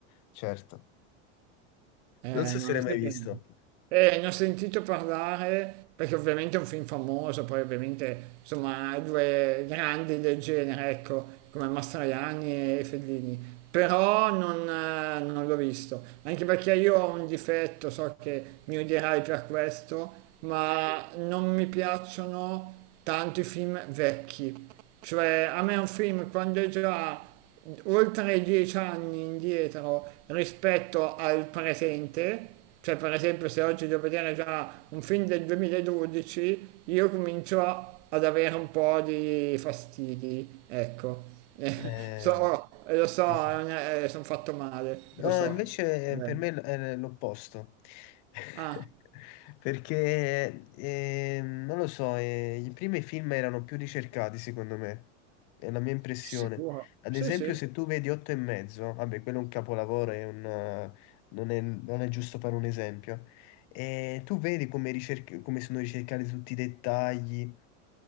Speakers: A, on the left; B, on the right.
A: certo.
B: Eh,
A: Non so
B: non
A: se l'hai mai
B: so
A: visto.
B: che- eh, ne ho sentito parlare perché ovviamente è un film famoso, poi ovviamente insomma due grandi del genere, ecco, come Mastroianni e Fellini. Però non, eh, non l'ho visto, anche perché io ho un difetto, so che mi odierai per questo, ma non mi piacciono tanto i film vecchi. Cioè, a me un film quando è già oltre dieci anni indietro rispetto al presente, cioè per esempio se oggi devo vedere già un film del 2012, io comincio a- ad avere un po' di fastidi, ecco. <laughs>
A: Eh,
B: So, lo so,
A: sì, sì.
B: sono fatto male,
A: No,
B: lo so.
A: invece
B: Eh.
A: eh, per me l- è l'opposto. <laughs>
B: Ah,
A: Perché, eh, non lo so, eh, i primi film erano più ricercati, secondo me. È la mia impressione.
B: sicuro?
A: Ad
B: Sì,
A: esempio,
B: sì.
A: se tu vedi Otto e mezzo, vabbè, quello è un capolavoro, è un, eh, non è, non è giusto fare un esempio. E tu vedi come, ricerc- come sono ricercati tutti i dettagli,